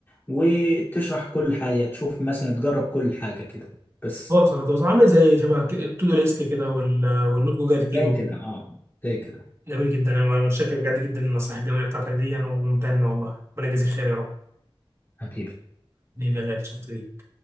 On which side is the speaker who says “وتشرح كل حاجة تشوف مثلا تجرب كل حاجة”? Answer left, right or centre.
Left